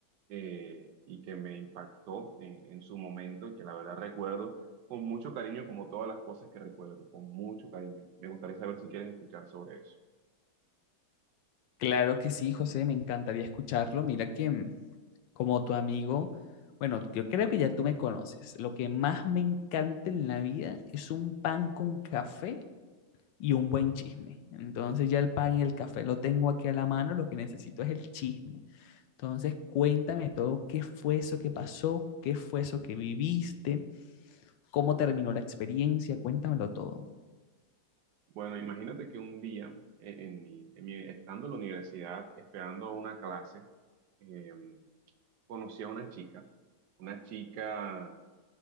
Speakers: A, on the right (about 70°); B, on the left (about 80°).
A: eh, y que me impactó en, en su momento y que la verdad recuerdo con mucho cariño, como todas las cosas que recuerdo, con mucho cariño. Me gustaría saber si quieres escuchar sobre eso.
B: Claro que sí, José, me encantaría escucharlo. Mira que mm, como tu amigo, bueno, yo creo que ya tú me conoces. Lo que más me encanta en la vida es un pan con café y un buen chisme. Entonces ya el pan y el café lo tengo aquí a la mano, lo que necesito es el chisme. Entonces cuéntame todo, qué fue eso que pasó, qué fue eso que viviste, cómo terminó la experiencia, cuéntamelo todo.
A: Bueno, imagínate que un día, eh, en mi, en mi- estando en la universidad, esperando una clase, eh, conocí a una chica, una chica